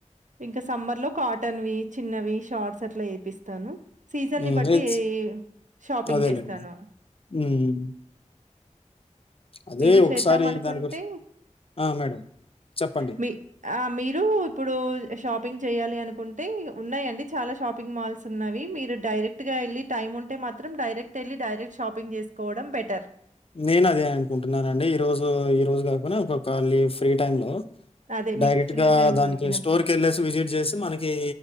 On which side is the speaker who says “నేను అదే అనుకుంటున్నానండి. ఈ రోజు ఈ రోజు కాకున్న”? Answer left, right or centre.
Left